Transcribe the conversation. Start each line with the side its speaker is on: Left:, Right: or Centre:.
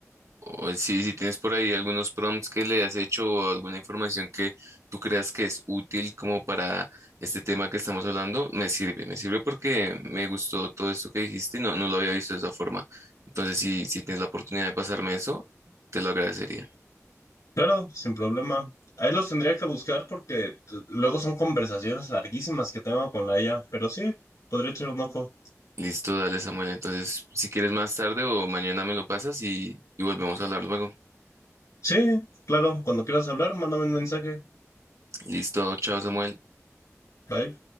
Right: o si, si tienes por ahí algunos prompts que le has hecho o alguna información que tú creas que es útil como para este tema que estamos hablando, me sirve, me sirve porque me gustó todo esto que dijiste y no, no lo había visto de esa forma. Entonces, si, si tienes la oportunidad de pasarme eso, te lo agradecería.
Left: Claro, sin problema. Ahí los tendría que buscar porque t- luego son conversaciones larguísimas que tengo con la IA, pero sí, podría echar un ojo.
Right: Listo, dale, Samuel. Entonces, si quieres más tarde o mañana me lo pasas y, y volvemos a hablar luego.
Left: Sí, claro, cuando quieras hablar, mándame un mensaje.
Right: Listo, chao, Samuel.
Left: Bye.